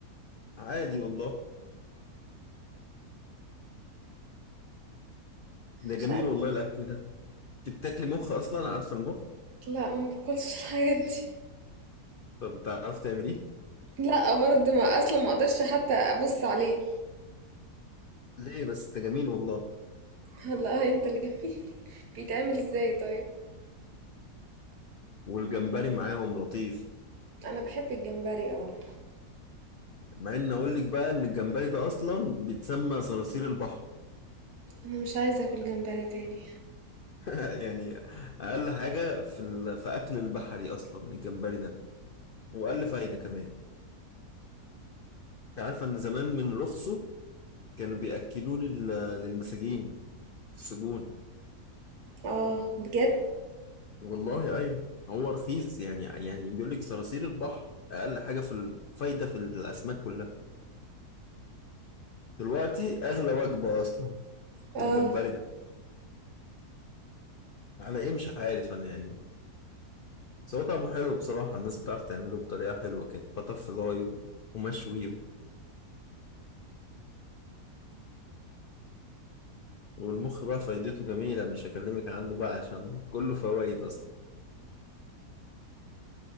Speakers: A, on the left; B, on the right.
A: عادي والله ده جميل
B: مش عارف
A: والله الاكل ده انت بتاكلي مخ اصلا عارفه المخ
B: لا ما باكلش الحاجات دي
A: طب بتعرفي تعمليه
B: لا برضه ما اصلا ما اقدرش حتى ابص عليه
A: ليه بس ده جميل والله
B: والله آه انت اللي جميل <laughs> بيتعمل ازاي طيب
A: والجمبري معاهم لطيف
B: انا بحب الجمبري اه
A: مع ان اقول لك بقى ان الجمبري ده اصلا بيتسمى صراصير البحر
B: انا مش عايزه اكل جمبري تاني
A: <laughs> يعني اقل حاجه في ال... في اكل البحري اصلا الجمبري ده واقل فايده كمان أنت عارفه ان زمان من رخصه كانوا بياكلوه لل... للمساجين في السجون
B: اه بجد
A: والله ايوه هو رخيص يعني يعني بيقول لك صراصير البحر اقل حاجه في الفايده في الاسماك كلها دلوقتي اغلى وجبه اصلا
B: اه
A: للجمبري ده على ايه مش عارف انا يعني بس هو طعمه حلو بصراحة الناس بتعرف تعمله بطريقة حلوة كده بتر فلاي ومشوي والمخ بقى فايدته جميلة مش هكلمك عنه بقى عشان كله فوائد أصلا